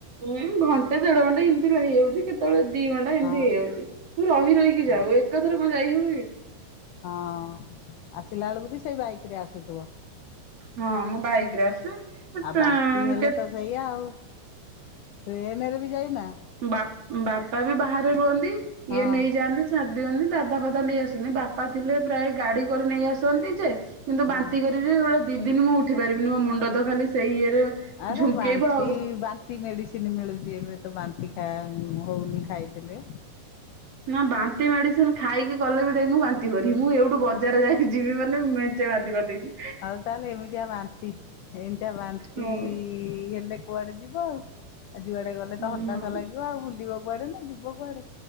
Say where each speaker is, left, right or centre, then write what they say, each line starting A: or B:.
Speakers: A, on the right; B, on the left.
A: ଉୁଁ ଘଣ୍ଟେ ଦେଢ ଘଣ୍ଟେ ଏମିତି ଲାଗିଯାଉଛି କେତେବେଳେ। ଦି ଘଣ୍ଟା ଏମିତି
B: ହଁ
A: ହେଇଯାଉଛି ତୁ ରହି ରହିକି ଯାଉ
B: ଆଉ
A: ଏକାଥର କେ କଣ ଯାଇହବକି।
B: ହଁ। ଆସିଲା ବେଳକୁ ବି ସେଇ ବାଇକ ରେ ଆସୁଥିବ।
A: ହଁ ମୁଁ ବାଇକ ରେ ଆସେ।
B: ଆଉ
A: ଟା
B: ବାନ୍ତି ହେଲେ ତ ସେଇଆ ଆଉ। ଟ୍ରେନରେ ବି ଯାଇନା
A: ବା ବାପା ବି ବାହାରେ ରୁହନ୍ତି
B: ହଁ
A: ଇଏ ନେଇଯାଆନ୍ତି ଛା ଦିଅନି ଦାଦା ଫାଦା ନେଇ ଆସନ୍ତି ବାପା ଥିଲେ ପ୍ରାୟ ଗାଡି କରି ନେଇ ଆସନ୍ତି ଯେ। କିନ୍ତୁ
B: ହଁ।
A: ବାନ୍ତି କରିବି ସେଟ ଦି ଦିନ ମୁଁ ଉଠି ପାରିବିନି ମୋ ମୁଣ୍ଡ ତ ଖାଲି ସେଇ ଇଏରେ
B: ଆରେ
A: ଝୁଙ୍କେଇବ
B: ବାନ୍ତି
A: ଆଉ
B: ବାନ୍ତି ମେଡିସିନ ମିଳୁଛି। ସିଏ ଏବେ ତ ବାନ୍ତି ଖା ହଉନି ଖାଇ ଦେଲେ।
A: ନା ବାନ୍ତି ମେଡିସିନ ଖାଇକି ଗଲେ ବି ଦେଇ ମୁଁ ବାନ୍ତି କରିବି ମୁଁ ଏଇଠୁ ବଜାର ଯାଇକି ଯିବି ମାନେ। ବାନ୍ନ୍ତି କରି ଦେବି।
B: ଆଉ ତାହଲେ ଏମିତିଆ ବାନ୍ତି ଏମିତିଆ ବାନ୍ତି
A: ହଁ।
B: ଏଲେ କୁଆଡେ ଯିବ ଆଉ ଆଉ ଯୁଆଡେ ଗଲେ
A: ହୁଁ
B: ତ ହତାଶ ଲାଗିବ ଆଉ ବୁଲିବ। କୁଆଡେ ନା ଯିବ କୁଆଡେ